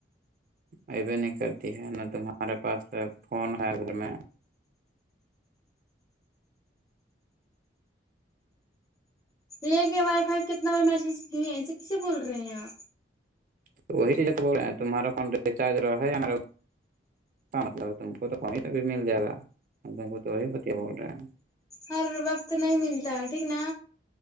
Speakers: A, on the right (about 45°); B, on the left (about 20°).
A: ای بھیے نہیں کرتی ہے نہ تمہارے پاس فون ہے گھر میں
B: لے کے وائی فائی کتنا بار میسج کی ہے اسے کسے بول رہے ہیں آپ
A: تو وہی تمہارا فون رچارج رہا ہے ہمارا مطلب تم کو تو وہیں سےب مل جائے گا تم کو تو وہی پتیا بول رہے ہیں
B: ہر وقت نہیں ملتا ہے ٹھیک نا